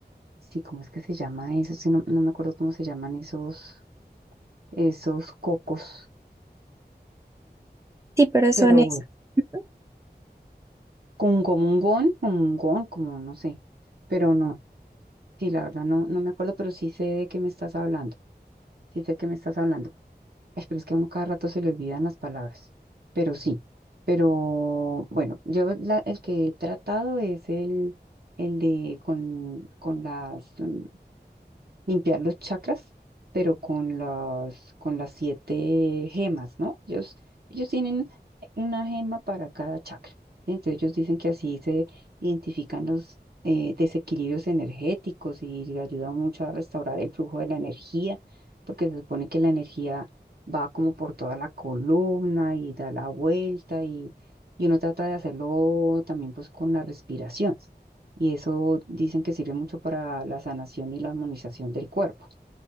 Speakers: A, on the right; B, on the right.
A: Sí, ¿cómo es que se llama eso? Sí, no, no me acuerdo cómo se llaman esos, esos cocos,
B: Sí, pero son
A: pero
B: esas.
A: bueno.
B: Ujú.
A: Como, como un gon, como un gon, como no sé, pero no, sí, la verdad no, no me acuerdo, pero sí sé de qué me estás hablando, sí sé de qué me estás hablando. Ay, pero es que a uno cada rato se le olvidan las palabras, pero sí, pero bueno, yo la- el que he tratado es el, el de con, con las, mm, limpiar los chakras, pero con las, con las siete gemas, ¿no? Ellos, ellos tienen una gema para cada chakra. ¿sí? Entonces ellos dicen que así se identifican los eh, desequilibrios energéticos y le ayuda mucho a restaurar el flujo de la energía, porque se supone que la energía va como por toda la columna y da la vuelta y, y uno trata de hacerlo también pues con la respiración y eso dicen que sirve mucho para la sanación y la armonización del cuerpo.